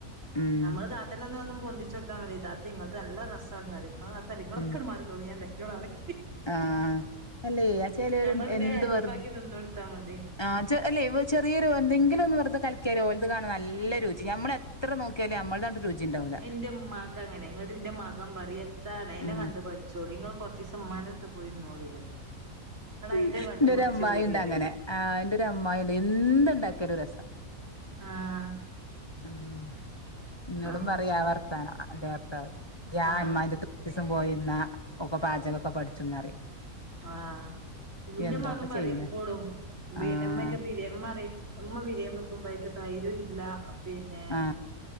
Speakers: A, on the left; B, on the right.
A: ഉം
B: നമ്മള് താത്- ത്തനെന്ന് പൊന്തിച്ചൊട്ത്താ മതി താത്തെയ് നിങ്ങൾത് നല്ല രസാണ്. ന്നാ താത്തറയും അങ്ങളൊക്കെ
A: ഉം
B: ട്മാർ റിനിന്നോളി ഞാണ്ടാക്കിയോളാറിം
A: ആഹ് അല്ലേയ്യ് ച്ചെലോര്ണ്ട്
B: ഞമ്മള് പിന്നെ
A: എന്ത്
B: ഹെൽപ്പാക്കി
A: വെർതെ
B: നിന്നൊടുത്താ മതി
A: ആചെ അല്ലേ? ചെറിയൊരു ന്തെങ്കിലും ഒന്ന് വെറുതെ കലക്കിയാലോൽത് കാണാ നല്ല രുചി നമ്മള് എത്ര നോക്കിയാലും നമ്മ്ള്ളതാണ്ട് രുചി ഉണ്ടാവൂല
B: എന്റെ ഉമ്മാക്കങ്ങനെ ങ്ങ്ട്ട് ന്റെ മകം പറീം എത്താണ് അയ്നെ
A: ഉം
B: കണ്ട്പട്ച്- ച്ചോളി ങ്ങള് കൊർച്ചീസം മ്മാന്റട്ത്ത് പോയി ന്ന്നോളീ റയും ങ്ള്
A: എന്റെ
B: അയ്ന്റ കണ്ട്
A: ഒരു
B: പഠിച്ചു
A: അമ്മായിണ്ട്
B: പോരീ പറയും.
A: അങ്ങനെ ആ ഇന്റെരു അമ്മായിണ്ട് എന്ത്ണ്ടാക്കിയാലും രസാ.
B: ആഹ്
A: ന്നോടും
B: ആഹ്
A: പർയും ആ വർത്താനം. ന്റെ ഭർത്തവ് ഞാ
B: ആഹ്
A: മ്മാന്റത്ത്. ച്ചീസം പോയ്ന്നാ ഒക്ക പാചകോക്കെ പഠിച്ചോന്നറയും.
B: ആഹ് ന്റെ
A: എന്താപ്പ
B: മകം പറേം
A: ചെയ്യണേ
B: എപ്പളും ബീനമ്മക്കെ
A: ആ
B: ബിരാം മ്മറേം മ്മ ബിരാം വെക്കുമ്പോക് തൈരുല്ല്യാ പിന്നേ
A: ആ